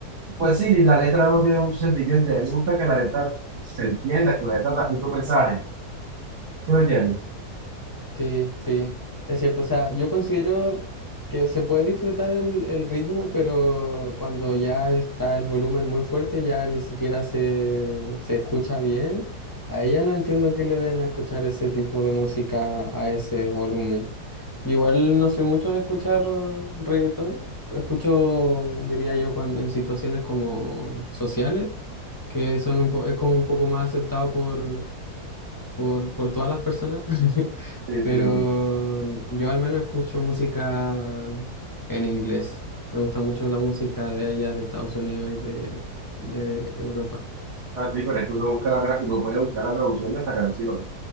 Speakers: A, on the right (about 80°); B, on the left (about 30°).
A: pues sí, la letra no tiene mucho sentimiento. y A mí me gusta que la letra se entienda, que la letra transmite un mensaje. ¿Sí me entiendes?
B: Sí, sí, es cierto. O sea, yo considero que se puede disfrutar el, el ritmo, pero cuando ya está el volumen muy fuerte, ya ni siquiera se, se escucha bien. A ella no entiendo qué le ven a escuchar ese tipo de música a ese volumen. Yo Igual no soy mucho de escuchar reggaetón. Escucho, diría yo, cuando, en situaciones como sociales, que son un po- es como un poco más aceptado por por, por todas las personas, <laughs>
A: Sí,
B: pero
A: sí, sí.
B: yo al menos escucho música en inglés. Me gusta mucho la música de allá, de Estados Unidos y de, de Europa.
A: Ah, sí, pero es que uno, busca la tra- uno puede buscar la traducción de esta canción.